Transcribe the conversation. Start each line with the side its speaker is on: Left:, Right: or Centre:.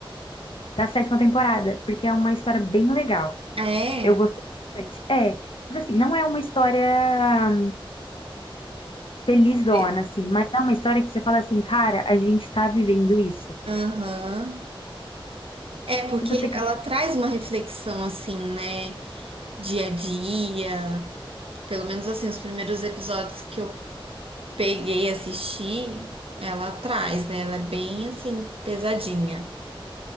Left: da sétima temporada, porque é uma história bem legal.
Right: É,
Left: Eu gostei bastante. É, mas assim, não é uma história felizona,
Right: pe-
Left: assim, mas é uma história que você fala assim, cara, a gente tá vivendo isso.
Right: aham. É, porque
Left: Se você
Right: ela
Left: quiser.
Right: traz uma reflexão assim, né? dia a dia. Pelo menos assim, os primeiros episódios que eu peguei e assisti, ela traz, né? Ela é bem assim, pesadinha.